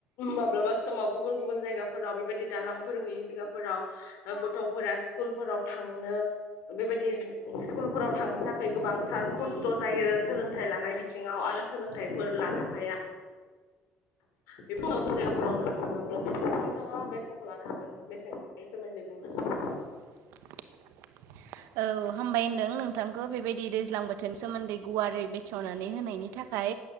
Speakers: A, on the left; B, on the right.
A: माब्लाबा समाव गुबुन गुब जायगा फोराव बेबायदि दालांफोर गैयै जायगाफोराव ओ-गथ'फोरा स्कुलफोराव थांनो बेबायदि स्कुलफोराव थांनो थाखाय गोबांथार खस्थ' जायो सोलोंथाइ लानाय बिथिङाव आरो सोलोंथाइफोर लानो हाया बे गुबुन गुबुन जायगाफोराव नुनो मोनो अब्ला बे समाव नोंथाङा बे समखौ लानो हागोन बेसे-बे सोमोन दै बुंनो।
B: <inaudible> औ हामबाय होनदों नोंथांखौ बेबायदि दैज्लां बोथोर सोमोन्दै गुवारै बेखेवनानै होनायनि थाखाय।